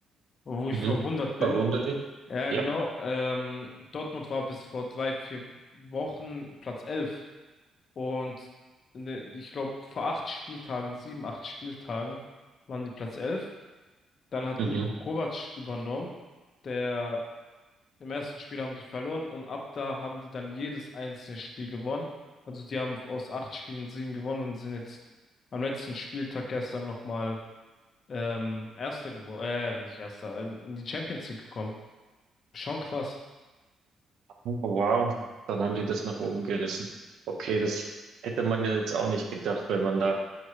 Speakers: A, on the left; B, on the right.
A: wo ich
B: Mhm.
A: verwundert bin.
B: Verwunderlich.
A: Ja,
B: Ja,
A: genau. Ähm, Dortmund war bis vor drei, vier Wochen Platz elf Und ne, ich glaube, vor acht Spieltagen, sieben, acht Spieltagen waren die Platz 11. Dann hat
B: mhm.
A: Niko Kovac übernommen, der Im ersten Spiel haben die verloren und ab da haben die dann jedes einzelne Spiel gewonnen. Also die haben aus acht Spielen sieben gewonnen und sind jetzt am letzten Spieltag gestern nochmal ähm, Erster geworden, äh, nicht Erster, in in die Champions League gekommen. Schon krass.
B: Oh, Wow, dann haben die das nach oben gerissen. Okay, das hätte man ja jetzt auch nicht gedacht, wenn man da